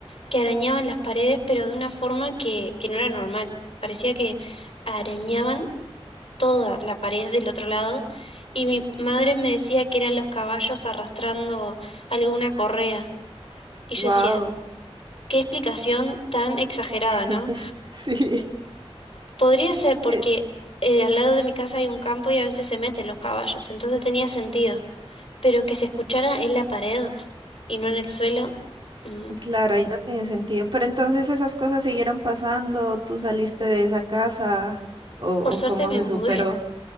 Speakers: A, on the left; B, on the right.
A: que arañaban las paredes pero de una forma que, que no era normal, parecía que arañaban toda la pared del otro lado y mi madre me decía que eran los caballos arrastrando alguna correa y yo
B: Wow.
A: decía, qué explicación tan exagerada,
B: <laughs>
A: ¿no?
B: Sí.
A: Podría ser porque
B: Eh,
A: eh, al lado de mi casa hay un campo y a veces se meten los caballos, entonces tenía sentido. Pero que se escuchara en la pared y no en el suelo, mm,
B: Claro, ahí no tiene sentido. Pero entonces esas cosas siguieron pasando, tú saliste de esa casa o, o
A: por suerte
B: cómo
A: me
B: se
A: mudé.
B: superó.
A: <laughs>